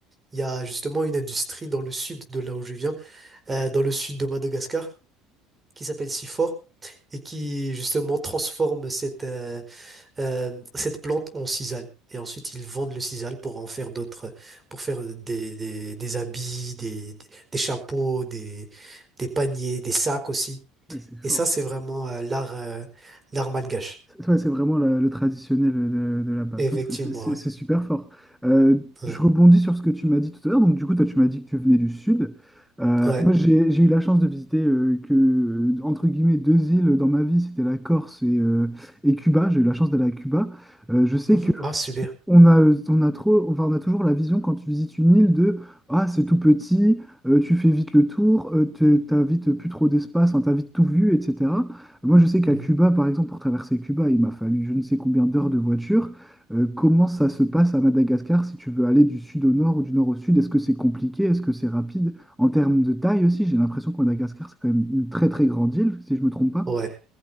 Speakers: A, on the right; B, in the centre.
A: Il y a justement une industrie dans le sud de là où je viens, euh, dans le sud de Madagascar, qui s'appelle Sifor et qui justement transforme cette, euh, euh, cette plante en sisal. Et ensuite, ils vendent le sisal pour en faire d'autres, pour faire des, des, des habits, des, des, des chapeaux, des, des paniers, des sacs aussi.
B: Ouais, c'est fort.
A: Et ça, c'est vraiment euh, l'art euh, l'art malgache.
B: C'est ouais, c'est vraiment la- le traditionnel de, de là-bas.
A: Effectivement,
B: Putain, C'est c'est- c'est-
A: ouais.
B: c'est super fort. Euh,
A: Ouais.
B: je rebondis sur ce que tu m'as dit tout à l'heure. Donc, du coup, toi, tu m'as dit que tu venais du sud. Euh,
A: ouais.
B: moi, j'ai, j'ai eu la chance de visiter euh, que, euh, entre guillemets, deux îles dans ma vie. C'était la Corse et, euh, et Cuba. J'ai eu la chance d'aller à Cuba. Euh, je sais
A: Mhm. Ah, super.
B: On a, euh, on a trop, enfin, on a toujours la vision quand tu visites une île de ah c'est tout petit, euh, tu fais vite le tour, euh, te- t'as vite plus trop d'espace, enfin, t'as vite tout vu, etc. Moi je sais qu'à
A: Mhm.
B: Cuba par exemple pour traverser Cuba il m'a fallu je ne sais combien d'heures de voiture. Euh, comment ça
A: Mhm.
B: se passe à Madagascar si tu veux aller du sud au nord ou du nord au sud? Est-ce que c'est compliqué? Est-ce que c'est rapide? En termes de taille aussi j'ai l'impression que Madagascar c'est quand même une très très grande île si je me trompe pas.
A: Ouais,